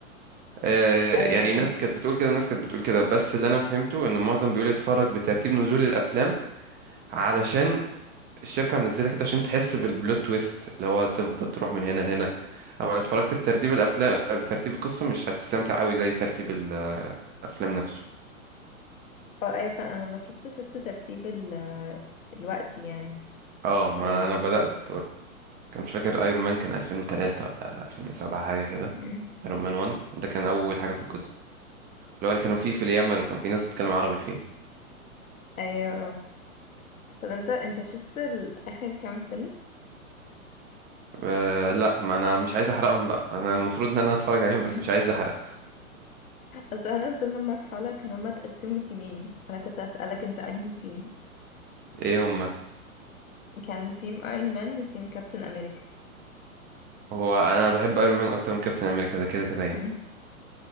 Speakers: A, on the right; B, on the left.
A: آه
B: ايوه
A: يعني ناس كانت بتقول كده وناس كانت بتقول كده بس اللي أنا فهمته إن معظم بيقول اتفرج بترتيب نزول الأفلام علشان الشركة منزلة كده عشان تحس بالبلوت تويست اللي هو تفضل تروح من هنا لهنا اما لو اتفرجت بترتيب الافلام بترتيب القصة مش هتستمتع قوي زي ترتيب ال- الافلام نفسه
B: اه ايوه فعلا انا لما شفت شفت ترتيب ال الوقت يعني
A: اه ما
B: اللي نازل
A: انا بدأت
B: فيه
A: كان مش فاكر ايرون مان كان 2003 ولا 2007 حاجة كده
B: مم.
A: ايرون مان 1 ده كان اول حاجة في الجزء اللي هو اللي كانوا فيه في اليمن وكان في ناس بتتكلم عربي فيه
B: ايوه اه طب انت انت شفت ال- اخر كام فيلم
A: أه لا ما انا مش عايز احرقهم بقى انا المفروض ان انا هتفرج عليهم
B: مم.
A: بس مش عايز احرق
B: اصل احنا وصلنا لمرحلة كانوا هما اتقسموا تيمين انا كنت اسألك انت انهي تيم
A: ايه هما
B: كان تيم ايرون مان وتيم كابتن امريكا
A: هو انا بحب ايرون مان اكتر من كابتن امريكا ده كده كده يعني
B: مم.